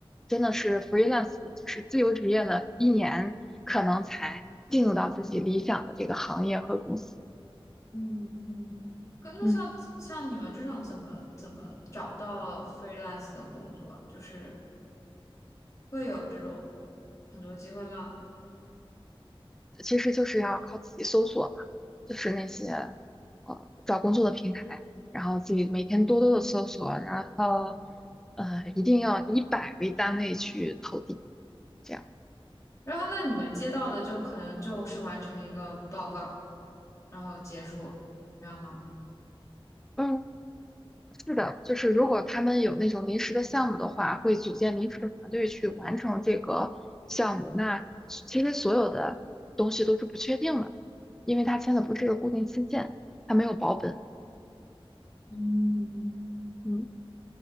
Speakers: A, in the centre; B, on the left.
A: 真的是 freelance 的，就是自由职业了一年，可能才进入到自己理想的这个行业和公司。
B: 嗯嗯。可那像像你们这种怎么怎么找到
A: 嗯。
B: freelance 的工作啊就是会有这种很多机会吗？
A: 其实就是要靠自己搜索嘛，就是那些呃找工作的平台，然后自己每天多多的搜索，然后呃一定要以百为单位去投递，这样。
B: 然后那你们接到的就可能就是完成一个报告，然后结束，这样吗？
A: 嗯，是的，就是如果他们有那种临时的项目的话，会组建临时的团队去完成这个项目。那其实所有的东西都是不确定的，因为他签的不是个固定期限，他没有保本。
B: 嗯
A: 嗯，